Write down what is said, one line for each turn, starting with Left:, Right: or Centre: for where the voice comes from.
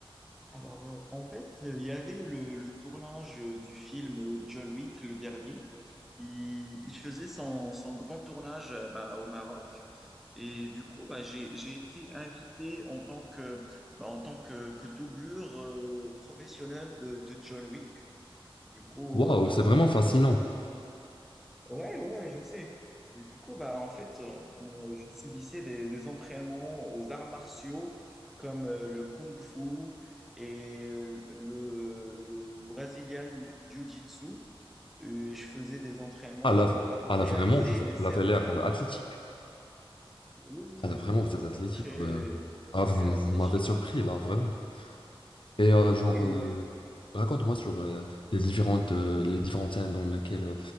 Centre: Alors, euh, en fait, euh, il y avait le, le tournage euh, du film euh, John Wick, le dernier. Il, il faisait son, son grand tournage euh, bah, au Maroc. Et du coup, bah, j'ai, j'ai été invité en tant que, bah, en tant que, que doublure euh, professionnelle de, de John Wick. Du coup,
Left: Waouh,
Centre: euh,
Left: c'est vraiment fascinant.
Centre: Ouais, ouais, je sais. Et du coup, bah, en fait, euh, on- je subissais des, des entraînements aux arts martiaux comme euh, le Kung Fu et euh, le, le Brazilian Jiu-Jitsu. Et je faisais des entraînements
Left: Ah là,
Centre: pour, bah, pour
Left: ah là,
Centre: réaliser
Left: vraiment, ça ça
Centre: les scènes
Left: avait l'air
Centre: de combat.
Left: euh, athlétique.
Centre: Oui, oui,
Left: Ah là, vraiment,
Centre: j'ai, j'ai
Left: vous
Centre: un
Left: êtes athlétique,
Centre: corps très,
Left: ouais. Ah,
Centre: très
Left: vous,
Centre: athlétique.
Left: vous m'avez surpris là, vraiment. Et euh, genre,
Centre: Et
Left: euh,
Centre: du,
Left: raconte-moi sur euh, les différentes, euh, les différentes scènes dans lesquelles euh,